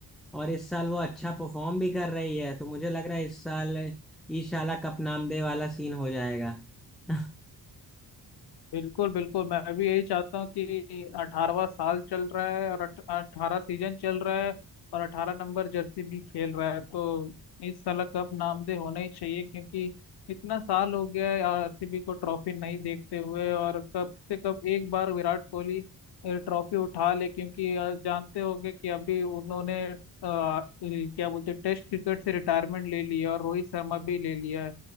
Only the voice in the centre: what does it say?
और इस साल वो अच्छा परफॉर्म भी कर रही है तो मुझे लग रहा है इस साल ईशाला कप नाम दे वाला सीन हो जाएगा <laughs>